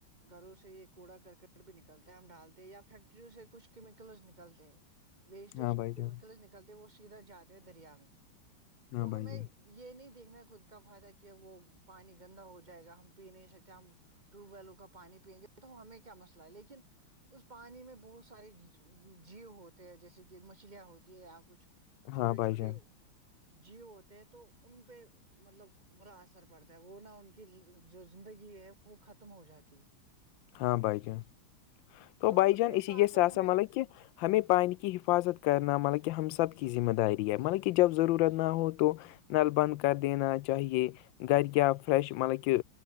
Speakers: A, on the right; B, on the left.
A: گھروں سے یہ کوڑا کرکٹ بھی نکلتا ہے ہم ڈالتے ہیں یا فیکٹریوں سے کچھ کیمیکلس نکلتے ہیں ویسٹیج
B: ہاں بھائی
A: کیمکل
B: جان
A: نکل کتے وہ سیدھا جاتے ہیں دریا میں
B: ہاں
A: تو
B: بھائی
A: ہمیں
B: جان
A: یہ نہیں دیکھنا خود کا فائدہ کہ وہ پانی گندا ہو جائے گا ہم پی نہیں سکتے ہم ٹیوب ویل کا پانی پئیں گے تو ہمیں کیا مسئلہ ہے لیکن اس پانی میں بہت سارے جیو ہوتے ہیں جیسے کہ مچھلیاں ہوتی ہے یا کچھ چھوٹے
B: ہاں
A: چھوٹے
B: بھائی جان
A: جیو ہوتے ہیں تو ان پہ مطلب برا اثر پڑتا ہے وہ نہ ان کی جو زندگی ہے وہ ختم ہو جاتی ہے
B: ہاں بائی جان تو بائی
A: خود
B: جان
A: کے
B: اسی
A: ساتھ
B: یہ سس
A: ساتھ ہمیں
B: مطلب کہ ہمیں پانی کی حفاظت کرنا مطلب کہ ہم سب کی ذمہ داری ہے مطلب کہ جب ضرور نہ ہو تو نل بند کر دینا چاہیے گھر کیا فریش مطلب کہ